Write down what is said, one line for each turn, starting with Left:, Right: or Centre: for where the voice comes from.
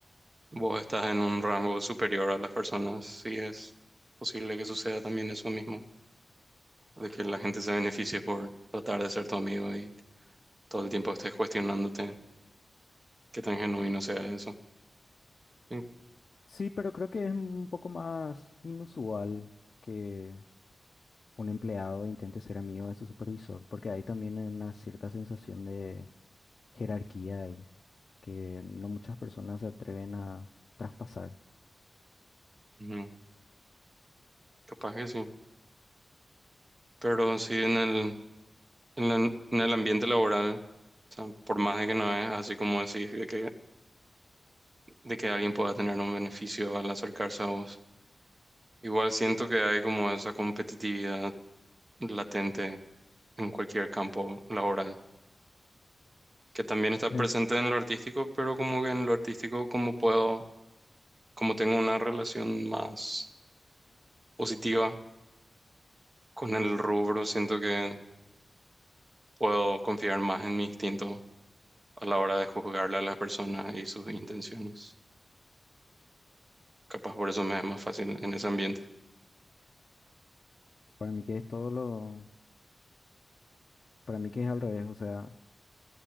Right: vos estás en un rango superior a las personas, sí es posible que suceda también eso mismo, de que la gente se beneficie por tratar de ser tu amigo y todo el tiempo estés cuestionándote qué tan genuino sea eso. Sí,
Left: Sí, pero creo que es un poco más inusual que un empleado intente ser amigo de su supervisor, porque hay también una cierta sensación de jerarquía ahí, que no muchas personas se atreven a traspasar.
Right: ujú, Capaz que sí. Pero sí en el, en la- en el ambiente laboral, o sea, por más de que no es así como decís, de que de que alguien pueda tener un beneficio al acercarse a vos. Igual siento que hay como esa competitividad latente en cualquier campo laboral, que también está
Left: Eh,
Right: presente en lo artístico, pero como que en lo artístico como puedo, como tengo una relación más positiva con el rubro, siento que puedo confiar más en mi instinto a la hora de juzgarle a las personas y sus intenciones. Capaz por eso me es más fácil en ese ambiente.
Left: Para mí que es todo lo, para mí que es al revés, o sea,